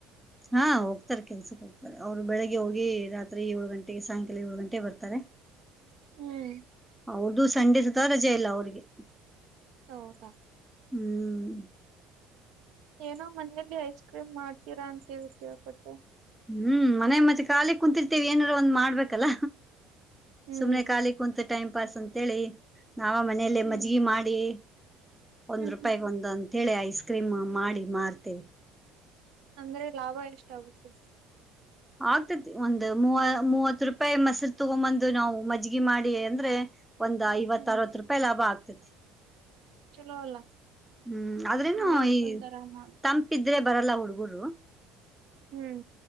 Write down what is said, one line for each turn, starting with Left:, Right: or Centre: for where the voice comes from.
Centre: ಹಾ ಹೋಗ್ತಾರ ಕೆಲ್ಸಕ್ಕೆ ಹೋಗ್ತಾರೆ ಅವ್ರು ಬೆಳಿಗ್ಗೆ ಹೋಗಿ ರಾತ್ರಿ ಏಳು ಗಂಟೆಗೆ ಸಾಯಂಕಾಲ ಏಳು ಗಂಟೆಗೆ ಬರ್ತಾರೆ.
Right: ಹ್ಮ್.
Centre: ಅವರ್ದು ಸಂಡೆ ಸತ ರಜೆ ಇಲ್ಲ ಅವ್ರಿಗೆ
Right: ಹೌದಾ.
Centre: ಹ್ಮ್.
Right: ಏನೋ ಮನೆಯಲ್ಲಿ ಐಸ್ ಕ್ರೀಮ್ ಮಾಡ್ತೀರಾ ಅಂತ ಹೇಳ ಕೇಳ್ಪಟ್ಟೆ.
Centre: ಹ್ಮ್ ಮನೆ ಮತ್ತೆ ಖಾಲಿ ಕುಂತರ್ತೇವಿ ಏನಾರ ಒಂದ್ ಮಾಡ್ಬೇಕಲ್ಲ.
Right: ಹ್ಮ್
Centre: ಸುಮ್ನೆ ಕಾಲಿ ಕುಂತ್ ಟೈಮ್. ಉಪಸ್ ಅಂತೇಳಿ ನಾವ ಮನೇಲ್ಲ
Right: ಹ್ಮ್
Centre: ಮಜ್ಗಿ ಮಾಡಿ. ಒಂದ್
Right: ಹ್ಮ್
Centre: ರೂಪಾಯಿಗ್
Right: ಹ್ಮ್ ಹ್ಮ್
Centre: ಒಂದ್ ಅಂತ ಹೇಳಿ ಐಸ್ ಕ್ರೀಮ್ ಮಾಡಿ ಮಾರ್ತೇವಿ.
Right: ಅಂದ್ರೆ ಲಾಭ ಎಷ್ಟಾಗುತ್ತೆ
Centre: ಆಗ್ತೇತಿ ಒಂದು ಮೂವ ಮೂವತ್ತು ರೂಪಾಯಿ ಮೊಸರು ತಗೊಂಬಂದು ನಾವು ಮಜ್ ಗಿ ಮಾಡಿ ಅಂದ್ರೆ ಒಂದ್ ಐವತ್ತ
Right: ಹ್ಮ್
Centre: ಅರವತ್ತು ರೂಪಾಯಿ ಲಾಭ ಆಗ್ ತತಿ
Right: ಚಲೋ ಅಲ್ಲ
Centre: ಹ್ಮ್ ಆದ್ರೇನು
Right: ಮನೇಲಿ
Centre: ಈ
Right: ಕುಂತರ ಮಾಡ್ಕೊ
Centre: ತಂಪಿದ್ರೆ ಬರಲ್ಲ ಹುಡುಗರು
Right: ಹ್ಮ್